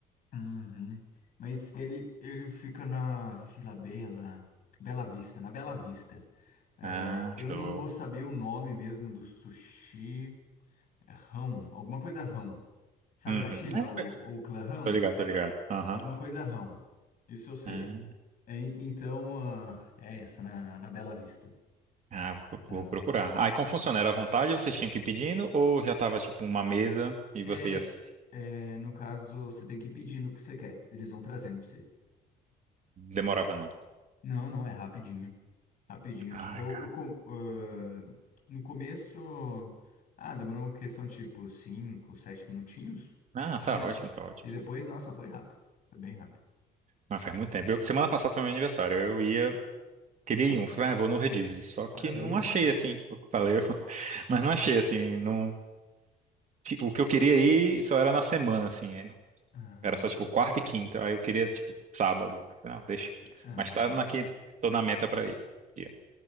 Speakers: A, on the left (about 50°); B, on the right (about 45°).
A: Uhum. Mas ele, ele fica na Vila Bela, Bela Vista, na Bela Vista. É,
B: Ah,
A: eu
B: show.
A: não vou saber o nome mesmo do sushi. É Rão, alguma coisa Rão. Sabe
B: Uhum.
A: da China, o,
B: É,
A: o clã Rão?
B: Tô ligado, tô ligado. Aham.
A: Alguma coisa Rão. Isso eu sei.
B: Ah,
A: É, então, ah, é essa, na, na Bela Vista.
B: ah, vou
A: Tá.
B: vou procurar. Ah, e como funciona? Era à vontade, vocês tinham que ir pedindo ou já tava tipo uma mesa e
A: É,
B: vocês
A: é, no caso, você tem que ir pedindo o que você quer. Eles vão trazendo pra você.
B: demorava não?
A: Não, não, é rapidinho. Rapidinho.
B: Ai,
A: Eu,
B: cara.
A: o com- ah, no começo, ah, demorou uma questão tipo 5, 7 minutinhos.
B: Ah, tá
A: É.
B: ótimo, tá ótimo.
A: E depois, nossa, foi rápido. Foi bem rápido.
B: Ah, faz muito tempo. Eu- semana passada foi meu aniversário. Eu ia Queria
A: Ah,
B: ir um, falei, ah, vou no Rodízio. Só que
A: parabéns,
B: não achei
A: mano.
B: assim, eu falei, <laughs>
A: <laughs>
B: mas não achei assim, não, o que eu queria ir só era na semana, assim, aí não-
A: Ah,
B: era só
A: ent-
B: tipo quarta e quinta, aí eu queria tipo sábado. Aí eu falei, Não, deixa.
A: ah,
B: Mas tá
A: é.
B: na que tô na meta pra ir. Yeah.